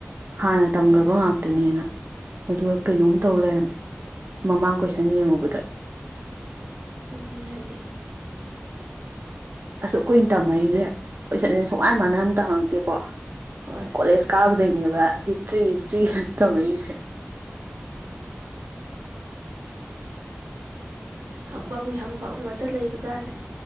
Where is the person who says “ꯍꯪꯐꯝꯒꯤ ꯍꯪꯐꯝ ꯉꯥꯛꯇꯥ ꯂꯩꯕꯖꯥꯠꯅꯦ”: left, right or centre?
Right